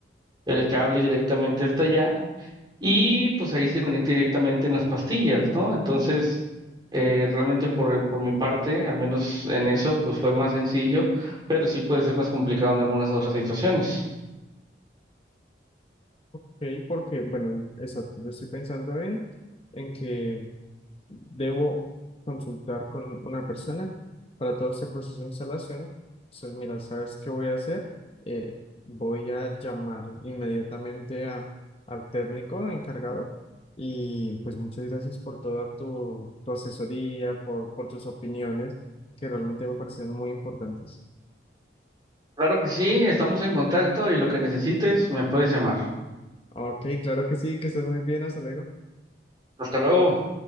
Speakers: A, on the right; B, on the left.
A: el cable directamente hasta allá y pues ahí se conecta directamente en las pastillas, ¿no? Entonces, eh, realmente por, por mi parte, al menos en eso, pues fue más sencillo, pero sí puede ser más complicado en algunas otras situaciones.
B: Ok, porque, bueno, exacto, yo estoy pensando en, en que debo consultar con una persona para todo este proceso de instalación. Entonces, mira, ¿sabes qué voy a hacer? Eh, voy a llamar inmediatamente a, al técnico encargado y pues muchas gracias por toda tu, tu asesoría, por, por tus opiniones, que realmente me parecen muy importantes.
A: Claro que sí, estamos en contacto y lo que necesites me puedes llamar.
B: Ok, claro que sí, que estés muy bien, hasta luego.
A: Hasta luego.